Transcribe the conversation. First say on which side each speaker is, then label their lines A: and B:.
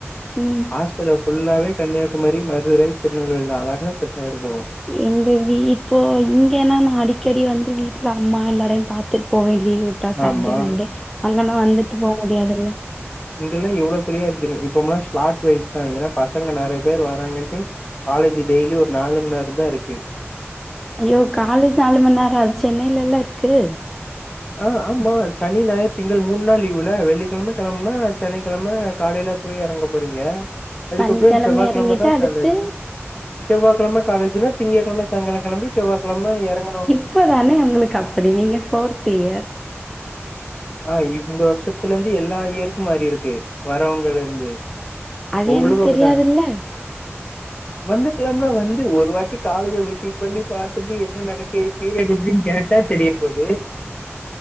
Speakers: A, in the centre; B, on the left (about 25°).
A: ம்
B: ஹாஸ்டல்ல ஃபுல்லாவே கன்யாகுமரி மதுரை திருநெல்வேலிதா அழகா செட்டாயிருக்கு
A: எங்க வீட் ப்போ இங்கேன்னா நா அடிக்கடி வந்து வீட்ல அம்மா எல்லாரையு பாத்துட் போவே லீவ் ந்த சாட்டே
B: ஆமா.
A: சண்டே அங்கன்னா வந்துட்டு போ முடியாதுல்ல
B: இங்கல்லா எவ்ளோ ஃப்ரீயா இருக்கு இப்போம்லா ஸ்லாட் வைஸ்தா ஏன்னா பசங்க நெறைய பேர் வராங்கன்ட்டு காலேஜ் டெய்லி ஒரு நாலும் நேரந்தா இருக்கு
A: ஐயோ காலேஜ் நாலு மணி நேரோ அது சென்னைலல்ல இருக்கு
B: ஆ ஆமா சனி ஞாயர் திங்கள் மூண் நாள் லீவுல்ல வெள்ளிக்கெழம கெளம்னா சனிக்கெழம காலைல போய் எறங்க போறீங்க அதுக்கப்புறம்
A: சனிக்கிழமை
B: செவ்வாய்கெழமதா
A: இறங்கிட்டு அடுத்து
B: காலேஜ் செவ்வாக்கெழம காலேஜுல திங்ககெழம சாய்ங்கால கெளம்பி செவ்வாக்கெழம எறங்கணு
A: இப்ப தானே உங்களுக்கு அப்டி நீங்க ஃபோர்த் இயர்
B: ஆ இந் இந்த வருஷத்துலேந்து எல்லா இயருக்கு ஆரியருக்கு வரவங்கள்ளேந்து
A: அது
B: உங்களுக்கு
A: எனக்கு
B: அப்டிதா
A: தெரியாதுல்ல
B: வந்துருக்கலாம்ல வந்து ஒரு வாட்டி காலேஜீ விசிட் பண்ணி பாத்துட்டு என்ன நடக்கு <unintelligible> கேட்டா தெரிய போது